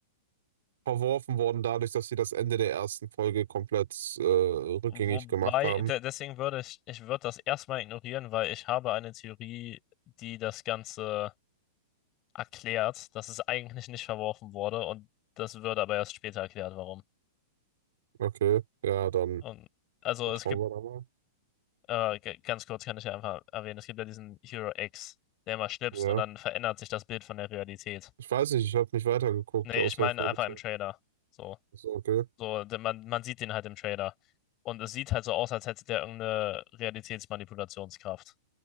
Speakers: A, on the right (about 70°); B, on the left (about 35°).
A: verworfen worden, dadurch, dass sie das Ende der ersten Folge komplett äh, rückgängig
B: Wobei,
A: gemacht haben.
B: de deswegen würde ich, ich würde das erstmal ignorieren, weil ich habe eine Theorie, die das Ganze erklärt, dass es eigentlich nicht verworfen wurde und das wird aber erst später erklärt, warum.
A: Okay, ja, dann.
B: Und also
A: Vertrauen
B: es gibt,
A: wir da mal.
B: äh, g- ganz kurz kann ich ja einfach erwähnen, es gibt ja diesen Hero X, der immer schnipst
A: Ja.
B: und dann verändert sich das Bild von der Realität.
A: Ich weiß nicht, ich habe nicht weitergeguckt,
B: Nee,
A: außer
B: ich meine
A: Folge
B: einfach
A: 2.
B: im Trailer. So,
A: So, okay,
B: so, de- man, man sieht den halt im Trailer. Und es sieht halt so aus, als hätte der irgendeine Realitätsmanipulationskraft.